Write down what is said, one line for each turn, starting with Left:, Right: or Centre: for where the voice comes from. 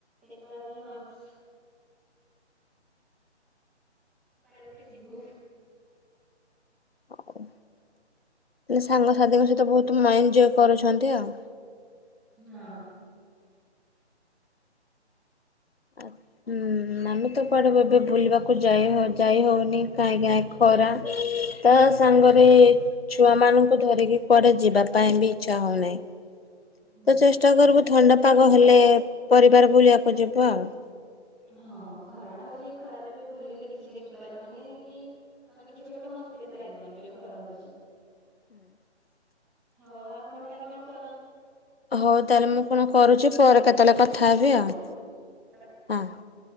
Centre: ଏଥିର ବି ନୂଆବର୍ଷ କୁଆଡେଗୋଟେ ଯିବୁ?
Left: ହଉ ହେଲେ ସାଙ୍ଗସାଥିଙ୍କ ସହିତ ବହୁତ ମେଞ୍ଜୟ କରୁଛନ୍ତି ଆଉ।
Centre: ହଁ।
Left: ଆ ହୁଁ ଆମେ ତ କୁଆଡେ ଏବେ ବୁଲିବାକୁ ଯାଇ ଯାଇ ହଉନି କାହିଁ କାଁ ଖରା ତ ସାଙ୍ଗରେ ଛୁଆମାନଙ୍କୁ ଧରିକି କୁଆଡେ ଯିବା ପାଇଁ ବି ଇଚ୍ଛା ହଉନାହିଁ।
Centre: ହଁ
Left: ତ ଚେଷ୍ଟା
Centre: ଖରା
Left: କରିବୁ
Centre: ଟା
Left: ଥଣ୍ଡା
Centre: ପଡୁଛି
Left: ପାଗ ହେଲେ ପରିବାର ବୁଲିବାକୁ ଯିବୁ ଆଉ।
Centre: ହଁ ଖରା ଟା ହଉଛି ଏଇ ଖରାରେ ବି ବୁଲିଲେ କିଛି ଦେଖି ପାରିବନି କି ମାନେ କିଛି ଗୋଟେ ମସ୍ତି ଲାଗିବନି ଯୋଉ ଖରା ହଉଛି।
Left: <inaudible>
Centre: ହଉ ଆପଣ ତାହେଲେ କଣ କରନ୍ତ?
Left: ହଉ ତାହେଲେ ମୁଁ କଣ କରୁଛି ପରେ କେତଲେ କଥା
Centre: <unintelligible>
Left: ହେବି ଆଉ ହଁ।